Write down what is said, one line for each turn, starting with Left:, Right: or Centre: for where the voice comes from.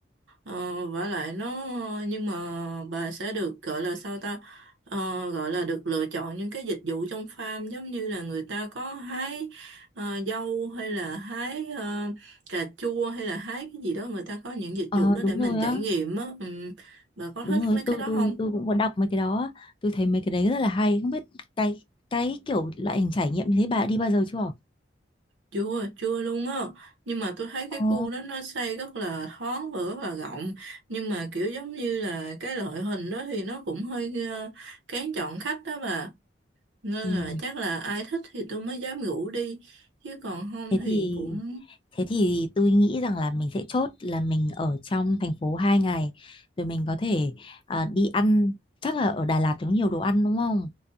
Right: uh, vả lại nó nhưng mà bà sẽ được gọi là sao ta Ờ, gọi là được lựa chọn những cái dịch vụ trong farm giống như là người ta có hái ờ, dâu hay là hái ờ, cà chua hay là hái cái gì đó người ta có những dịch
Left: ờ
Right: vụ đó để
Left: đúng
Right: mình
Left: rồi
Right: trải
Left: á,
Right: nghiệm á ừ, bà có
Left: đúng
Right: thích
Left: rồi.
Right: mấy cái
Left: Tôi
Right: đó
Left: tôi
Right: không
Left: tôi cũng có đọc mấy cái đó. á. Tôi thấy mấy cái đấy rất là hay. Không biết cái cái kiểu loại hình trải nghiệm như thế bà đã đi bao giờ chưa?
Right: chưa chưa luôn á nhưng mà tôi thấy cái
Left: Ồ.
Right: khu đó nó xây rất là thoáng và rất là rộng nhưng mà kiểu giống như là cái loại hình đó thì nó cũng hơi ờ, kén chọn khách đó bà nên
Left: Ừ.
Right: là chắc là ai thích thì tôi mới dám rủ đi chứ còn không
Left: Thế
Right: thì
Left: thì
Right: cũng
Left: thế thì tôi nghĩ rằng là mình sẽ chốt là mình ở trong thành phố 2 ngày rồi mình có thể à, đi ăn chắc là ở Đà Lạt có nhiều đồ ăn đúng không?